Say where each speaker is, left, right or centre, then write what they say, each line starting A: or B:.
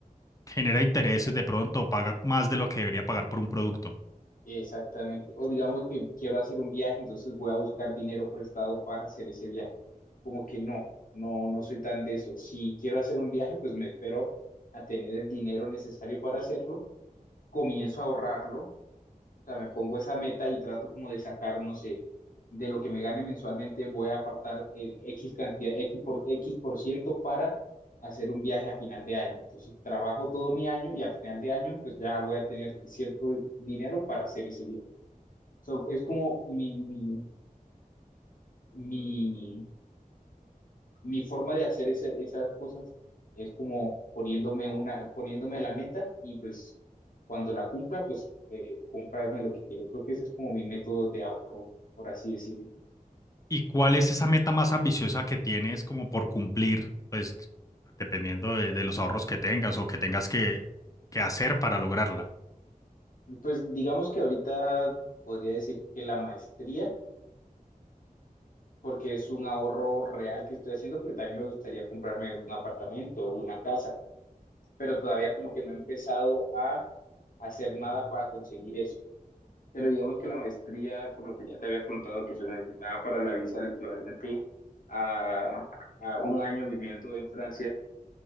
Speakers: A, on the left; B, on the left.
A: genera intereses de pronto, o paga más de lo que debería pagar por un producto.
B: Exactamente. O digamos que quiero hacer un viaje, entonces voy a buscar dinero prestado para hacer ese viaje. Como que no, no, no soy tan de eso. Si quiero hacer un viaje, pues me espero a tener el dinero necesario para hacerlo, comienzo a ahorrarlo, o sea, me pongo esa meta y trato como de sacar, no sé, de lo que me gane mensualmente, voy a apartar eh, X cantidad, X por, X por ciento para hacer un viaje a final de año. Entonces trabajo todo mi año y a final de año, pues ya voy a tener cierto dinero para hacer ese viaje. So, es como mi, mi, mi, mi forma de hacer ese- esas cosas es como poniéndome una, poniéndome la meta y pues cuando la cumpla, pues eh, comprarme lo que quiero. Creo que ese es como mi método de ahorro, por así decirlo.
A: ¿Y cuál es esa meta más ambiciosa que tienes como por cumplir, pues dependiendo de, de los ahorros que tengas o que tengas que, que hacer para lograrla?
B: Pues digamos que ahorita podría decir que la maestría, porque es un ahorro real que estoy haciendo, porque también me gustaría comprarme un apartamento o una casa, pero todavía como que no he empezado a hacer nada para conseguir eso. Pero digamos que la maestría, por lo que ya te había contado, que se necesitaba para la visa el equivalente a, a un año viviendo en Francia,